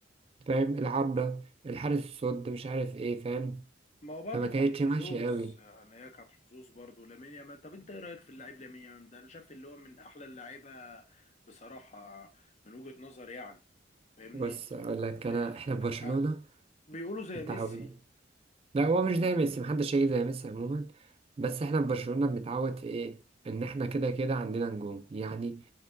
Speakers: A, on the right; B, on the left.
A: فاهم العارضة الحارس الصد مش عارف ايه فاهم
B: ما هو برضه
A: فما كانتش
B: كان حظوظ
A: ماشية قوي
B: يعني هي كانت حظوظ برضه لامين يامال طب انت ايه رايك في اللاعب لامين يامال ده انا شايف اللي هو من احلى اللعيبه بصراحه من وجهه نظري يعني فاهمني
A: بص اقول لك
B: آه
A: انا احنا في
B: آه،
A: برشلونة
B: آه، بيقولوا زي
A: متعود
B: ميسي
A: لا هو مش زي
B: مم.
A: ميسي محدش هيجي زي ميسي عموما بس احنا في برشلونة بنتعود في ايه ان احنا كده كده عندنا نجوم يعني